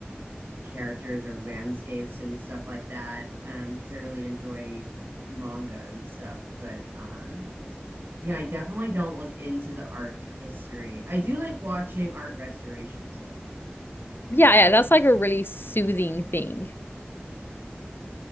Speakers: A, on the right; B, on the left.
A: characters or landscapes and stuff like that um, because I really enjoy manga and stuff, but um Yeah, I definitely don't look into the art history. I do like watching art restorations though.
B: Yeah, yeah, that's like a really soothing thing.